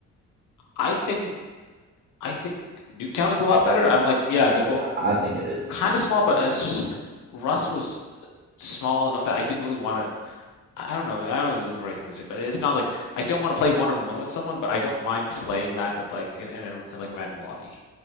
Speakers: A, on the left; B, on the right.
A: I think I think Nuketown is a lot better. I'm like yeah, they're
B: Yeah,
A: both
B: I think it is
A: kind
B: too.
A: of small, but it's just Rust was small enough that I didn't really want to I don't know. I don't know if this is the right thing to say, but it's not like I don't want to play one on one with someone, but I don't mind playing that with like in, in, a, in like a random lobby.